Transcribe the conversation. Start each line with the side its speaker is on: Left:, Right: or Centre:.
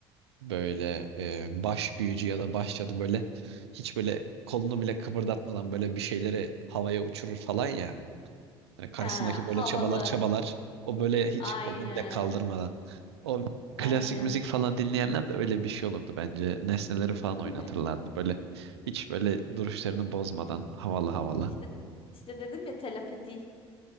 Right: böyle e, baş büyücü ya da baş cadı böyle hiç böyle kolunu bile kıpırdatmadan böyle bir şeyleri havaya uçurur falan ya. Yani karşısındaki
Left: Ha, havalı.
Right: böyle çabalar çabalar o böyle hiç
Left: Aynen.
Right: kolunu bile kaldırmadan. O
Left: Aynen.
Right: klasik müzik falan dinleyenler de öyle bir şey olurdu bence. Nesneleri
Left: <laughs>
Right: falan oynatırlardı böyle hiç böyle duruşlarını bozmadan havalı havalı.
Left: İşte işte dedim ya telepati.